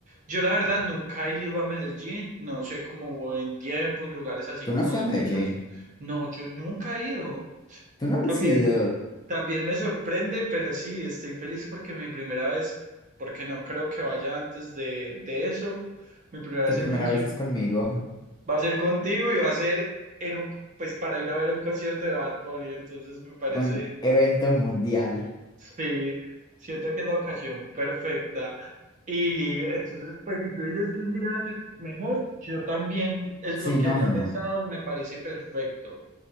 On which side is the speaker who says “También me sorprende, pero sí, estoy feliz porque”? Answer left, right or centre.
Right